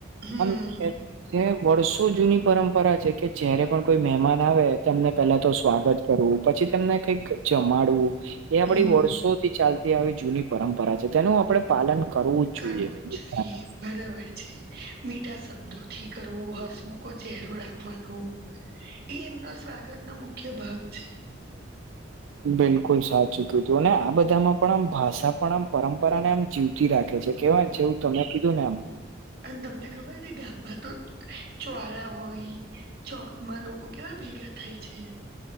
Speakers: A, on the right (about 50°); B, on the right (about 80°).
A: હમ
B: આમ જે વર્ષો જૂની પરંપરા છે કે જયારે પણ કોઈ મહેમાન આવે તેમને પેલા તો સ્વાગત કરવું પછી તેમને કઈક જમાડવું એ આપડી
A: હમ
B: વર્ષોથી ચાલતી આવી જૂની પરંપરા છે તેનું આપણે પાલન જ
A: કરવું
B: જોઈએ
A: જ
B: બધાને
A: જોઈએ બરાબર છે મીઠા શબ્દોથી કરવું હસમુખ ચહેરો રાખવાનો એ એમના સ્વાગત ન મુખ્ય ભાગ છે.
B: બિલકુલ સાચુંક્યું હતું અને આ બધામાં પણ આમ ભાષા પણ આમ પરંપરાને આમ જીવ તી રાખે છે કેવાય છે જેવું તમે કીધું ને આમ
A: અને તમને ખબર છે ગામમાં તો ચોરા હોય ચોકમાં લોકો કેવા ભેગા થાય છે.